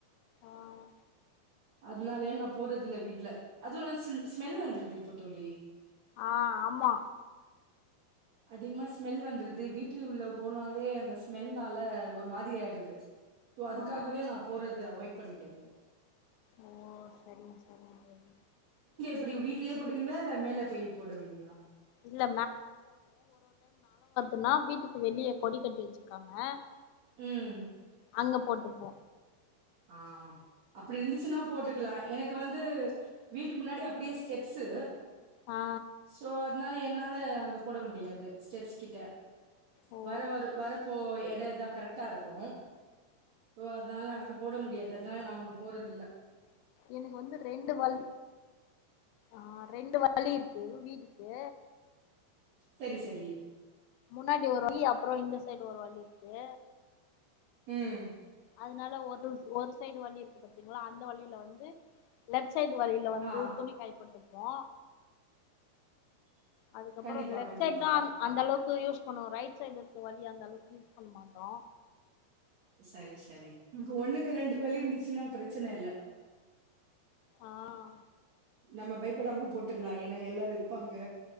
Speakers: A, on the left (about 85°); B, on the right (about 70°).
A: ஆஹ்
B: அதுனால நா போட்றதில்ல வீட்ல அதுல ஸ்ம் ஸ்மெல் வந்துர்து இப்போ தோழி
A: ஆஹ் ஆமா
B: அதிகமா ஸ்மெல் வந்துர்து வீட்டு உள்ள போனாலே அந்த ஸ்மெல்னால ஒரு மாதிரியாயிருது சோ அதுக்காகவே
A: ம்
B: நா போறது அவாயிட் பண்ணிட்டே ப்பொ
A: ஓ செரிங் செரிங் செரிங்
B: இப்பிடி வீட்டுலயே போடுவீங்ளா இல மேலே போய் போடுவிங்ளா
A: இல்ல ன்னா வீட்டுக்கு வெளியே கொடி கட்டி வெச்சிருக்காங்க
B: உம்
A: அங்க போட்டுப்போ
B: ஆஹ் அப்பிடி இருந்துச்சின்னா போட்டுக்கிலா எனக்கு வந்தூ வீட்டு முன்னாடி அப்பிடியே ஸ்டெப்சு
A: ஆ
B: சோ அத்னால ன்னாலே அங்கப் போட முடியாது ஸ்டெப்ஸ் கிட்ட
A: ஓ
B: வர வரு வரப்போ எ டே தா கரக்டாயிருக்கு சோ அதனால அங்க போட முடியாது அதனால நா அங்க போட்றது இல்ல
A: எனக்கு வந்து ரெண்டு வல் ஆஹ் ரெண்டு வழி இருக்கு வீட்டுக்கு
B: செரி செரி
A: முன்னாடி ஒரு வழி அப்புறம் இந்த சைடு ஒரு வழி இருக்கு
B: ம்
A: அதனால ஒரு ஒரு சைடு வழி இருக்கு பாத்தீங்களா அந்த வழியில வந்து லெப்ட் சைடு வழியில வந்து
B: ஆ
A: துணி கயப்போட்ருப்போ அதுக்கப்புறோ
B: கண்டிப்பா
A: லெப்ட்
B: கண்டிப்பா
A: சைட் தா அந்த அளவுக்கு யூஸ் னுவோ ரைட் சைடு இருக்கு வழி அந்த அளவுக்கு யூஸ் பண்ண மாட்டோ
B: சரி சரி உனக்கு ஒண்ணுக்கு ரெண்டு வழி இருந்துச்சுன்னா பிரச்சன இல்ல
A: ஆஹ்
B: நம்ம பயப்படாம போட்டுறலாம் ஏன்னா எல்லாரும் இருப்பாங்க